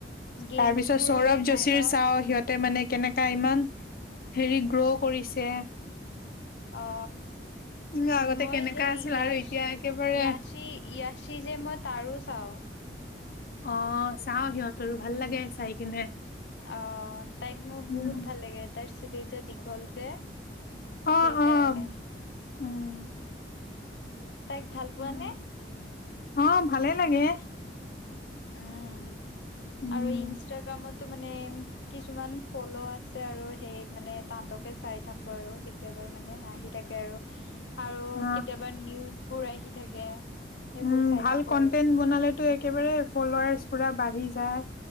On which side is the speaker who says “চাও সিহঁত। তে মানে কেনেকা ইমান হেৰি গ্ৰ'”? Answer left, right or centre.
Left